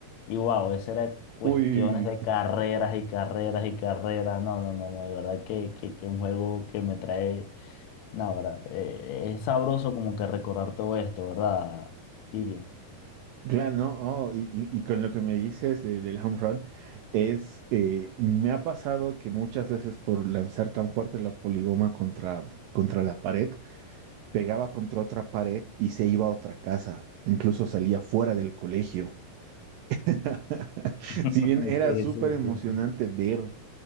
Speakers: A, on the left; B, on the right.
A: Y wow, esa era cuestiones
B: Uy,
A: de carreras y carreras y carreras. No, no, no, no, de verdad que, que, que un juego que me trae no, ¿verdad? Eh, es sabroso como que recordar todo esto, ¿verdad, Guille?
B: claro, ¿no? Oh, y, y- y con lo que me dices de- del home run, es, eh, me ha pasado que muchas veces por lanzar tan fuerte la poligoma contra, contra la pared, pegaba contra otra pared y se iba a otra casa, incluso salía fuera del colegio. <laughs>
A: <laughs>
B: Si bien era
A: Sí,
B: súper
A: sí,
B: emocionante
A: sí, sí.
B: ver